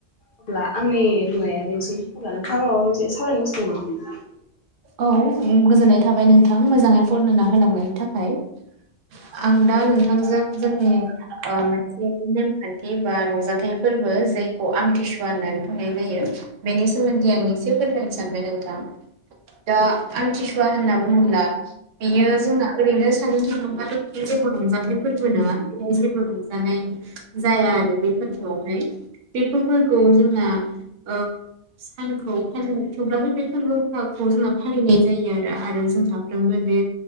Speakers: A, on the left; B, on the right.
A: अब्ला आंनि बुंनाया बेनोसै अब्ला नोंथाङा माबा मोनसे सावरायनो गोसो दं नामा?
B: औ ओम गोजोननाय थाबाय नोंथां मोजाङै बरनायना होलांनायनि थाखाय आं दा नोंथांजों जोंनि मोनसे नेमखान्थि बा रंजाथाइ फोरबो जायखौ आमथिसुवा होननानै बुंनाय जायो। बेनि सोमोन्दै आं एसे फोरमायनो सानदों नोंथां। दा आमथिसुवा होन्ना बुङोब्ला बेयो जोंना ओरैनो सानो थानोबाथ बियो जेबो रंजाथानाय फोरबो नङा बेयो जेबो रंजानाय जाया आरो बे फोर्बोआवहाय बे फोर्बोखौ जोंना ओ सानखौ फालि थेवब्लाानो बे फोरबो <unintelligible> खौ जोंना फालिनाय जायो आरो आरो जों साफ्रोमबो बे